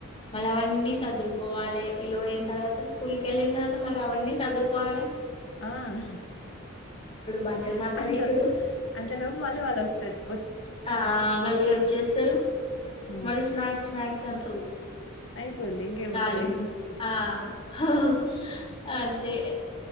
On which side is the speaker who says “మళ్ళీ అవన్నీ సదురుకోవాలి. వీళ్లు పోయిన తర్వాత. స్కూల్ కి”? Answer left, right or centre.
Left